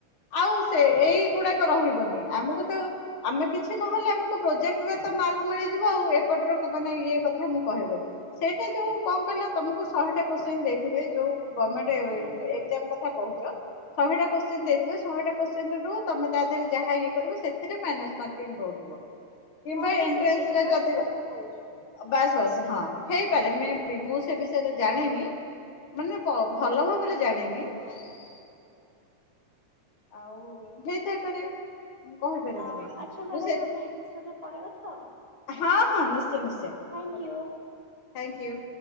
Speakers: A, on the left; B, on the right.
A: ଆଉ ସେ ଏଇଗୁଡାକ ରହିବନି। ଆମକୁ ତ ଆମେ କିଛି ନହେଲେ ଆମକୁ ପ୍ରୋଜେକ୍ଟରେ ତ ମାର୍କ ମିଳିଯିବ ଆଉ। ଏପଟର ମାନେ ଇଏ କଥା ମୁଁ କହିବି। ସେଇଠି ଯୋଉ କଣ କହିଲ ତମକୁ ଶହେଟା କୋଶ୍ଚିନ୍ ଦେଇଥିବେ। ଯୋଉ ଗମେଣ୍ଟ
B: ହୁଁ ହୁଁ।
A: ଏକ୍ଜାମ କଥା କହୁଚ ଶହେଟା କୋଶଚିନ ଦେଇଥିବେ। ଶହେଟା କୋଶ୍ଚିନରୁ ତମେ ତା ଦେହରେ ଯାହା ଇଏ କରିବ ସେଥିରେ ମାଇନସ ମାର୍କିଙ୍ଗ ରହୁଥିବ କିମ୍ବା
B: ହଁ ମୁଁ
A: ଏଣ୍ଟ୍ରାନ୍ସରେ
B: ସେଇ ଏଣ୍ଟ୍ରାନ୍ସ
A: ଯଦି
B: କଥା
A: ବା
B: କହୁଛି।
A: ବାସ ବାସ। ହଁ ହେଇପାରେ ମେ ବି ମୁଁ ସେ ବିଷୟରେ ଜାଣିନି। ମାନେ ପ ଭଲ ଭାବରେ ଜାଣିନି।
B: ଭାବରେ ଜାଣିନି।
A: ଆଉ ହେଇଥାଇପାରେ କହିପାରିବିନି
B: ଆ ଆଚ୍ଛା ମ୍ୟାଡ଼ାମ
A: ମୁଁ ସେ
B: ଆମେ ଏ ବିଷୟରେ ପରେ କଥା ହବା।
A: ହଁ -ହଁ, ନିଶ୍ଚୟ- ନିଶ୍ଚୟ।
B: Thank
A: okay
B: you.
A: Thank you.